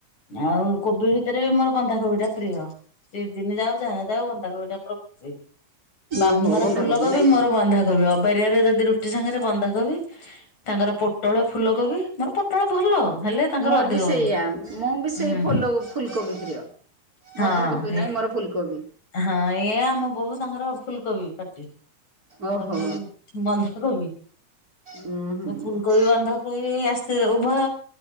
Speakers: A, on the left; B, on the right.
A: ଆଉ କୋବି ଭିତରେ ବି ମୋର ବନ୍ଧାକୋବି ଟା ପ୍ରିୟ। ଦି ଦିନ ଦିନେ ଯାଉ ଯାହା ଯାଉ ବନ୍ଧାକୋବି ପୁରା ପ୍ରିୟ ବାବୁଙ୍କର
B: ଓହୋ ବନ୍ଧାକୋବି
A: ଫୁଲକୋବି
B: ନାଇଁ
A: ମୋର
B: କି?
A: ବନ୍ଧାକୋବି ଅବାରିଆରେ ଯଦି ରୁଟି ସାଙ୍ଗରେ ବନ୍ଧାକୋବି ତାଙ୍କର ପୋଟଳ ଫୁଲକୋବି ମୋର ପୋଟଳ ଭଲ ହେଲେ ତାଙ୍କର
B: ମୋର
A: ଅଧିକ
B: ବି ସେଇଆ
A: ଭଲ।
B: ମୁଁ ବି ସେଇ
A: ହୁଁ
B: ଫୁଲ ଫୁଲକୋବି ପ୍ରିୟ।
A: ହଁ।
B: ବନ୍ଧାକୋବି ନାଇଁ ମୋର ଫୁଲକୋବି
A: ହଁ ଏଇ ଆମ ବହୁ ସାଙ୍ଗର ଫୁଲକୋବି ପାଟି
B: ଓହୋ
A: ମୋର ହେ ବନ୍ଧା କୋବି
B: ଉଁ
A: ଫୁଲକୋବି ବନ୍ଧା ନେଇକି ଆସିବେ ଉଭୟ